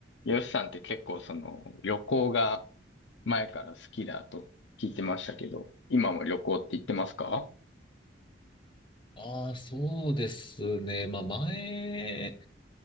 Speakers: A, on the left; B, on the left.
A: ヨシさんって結構その旅行が前から好きだと聞いてましたけど、今も旅行って言ってますか
B: ああ、そうですね。まあ前、